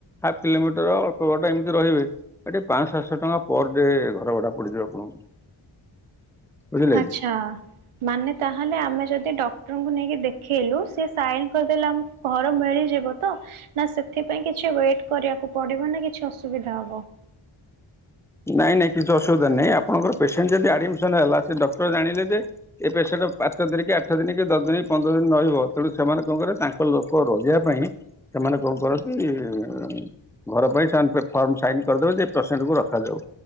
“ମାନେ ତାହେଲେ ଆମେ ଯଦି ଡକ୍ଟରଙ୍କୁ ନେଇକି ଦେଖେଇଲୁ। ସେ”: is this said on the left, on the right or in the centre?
Right